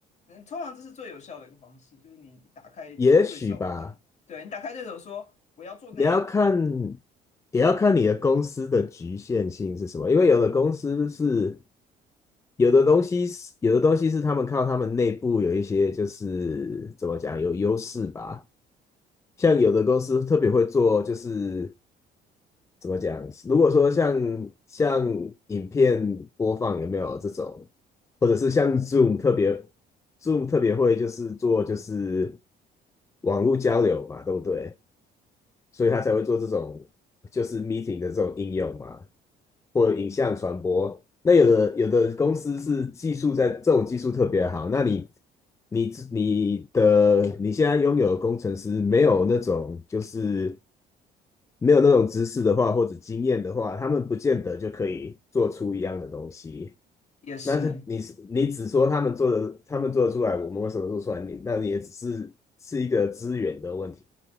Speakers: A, on the left (about 45°); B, on the left (about 15°).
A: 嗯，通常这是最有效的一个方式，就是你打开对手的，
B: 也许吧，
A: 对你打开对手说我要做那样。
B: 你要看，也要看你的公司的局限性是什么，因为有的公司是有的东西是有的东西是他们靠他们内部有一些就是怎么讲有优势吧，像有的公司特别会做就是怎么讲？如果说像像影片播放有没有这种，或者是像 Zoom 特别 Zoom 特别会就是做就是网络交流嘛，对不对？所以他才会做这种就是 meeting 的这种应用嘛，或者影像传播。那有的有的公司是技术在这种技术特别好，那你你你的你现在拥有的工程师没有那种就是没有那种知识的话，或者经验的话，他们不见得就可以做出一样的东西。
A: 也是，
B: 那是你是你只说他们做的，他们做得出来，我们为什么做出来？你那你也只是是一个资源的问题，